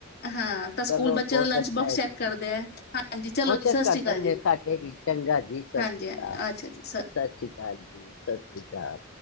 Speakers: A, on the left; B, on the left.
A: ਹਾਂ ਤਾਂ ਸਕੂਲ
B: ਚਲੋ
A: ਬੱਚੇ
B: ਬਹੁਤ
A: ਦਾ ਲੰਚ
B: ਅੱਛਾ
A: ਬੋਕਸ
B: ਹੈ
A: ਚੈੱਕ
B: ਜੀ
A: ਕਰਦੇ
B: ਹਾਂ
A: ਹੈ ਹਾਂਜੀ ਚਲੋ
B: ਉਹ
A: ਜੀ
B: ਚੱਕ
A: ਸਤਿ ਸ੍ਰੀ
B: ਕਰ
A: ਅਕਾਲ
B: ਦਦੇ
A: ਜੀ
B: ਸਾਡੇ ਵੀ ਚੰਗਾ ਜੀ ਸਤਿ
A: ਹਾਂਜੀ
B: ਸ੍ਰੀ ਅਕਾਲ
A: ਹਾਂਜੀ ਅੱਛਾ
B: ਸਤਿ
A: ਜੀ
B: ਸ੍ਰੀ ਅਕਾਲ ਜੀ ਸਤਿ ਸ੍ਰੀ ਅਕਾਲ